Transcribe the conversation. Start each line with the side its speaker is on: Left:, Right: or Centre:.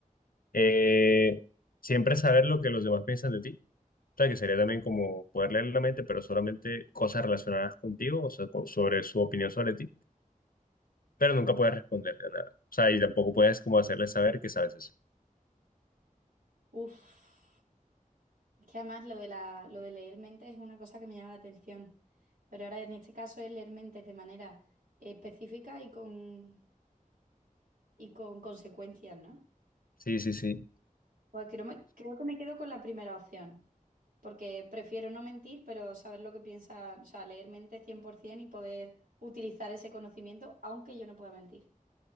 Left: eh, siempre saber lo que los demás piensan de ti. O sea, que sería también como poder leer la mente, pero solamente cosas relacionadas contigo, o sea, co- sobre su opinión sobre ti, pero nunca puedes responderle a nada. O sea, y tampoco puedes como hacerle saber que sabes eso.
Right: Uf. Es que además lo de la, lo de leer mentes es una cosa que me llama la atención. Pero ahora en este caso es leer mentes de manera específica y con, y con consecuencias, ¿no?
Left: Sí, sí, sí.
Right: Pues creo, me- creo que me quedo con la primera opción, porque prefiero no mentir, pero saber lo que piensa, o sea, leer mente 100% y poder utilizar ese conocimiento, aunque yo no pueda mentir.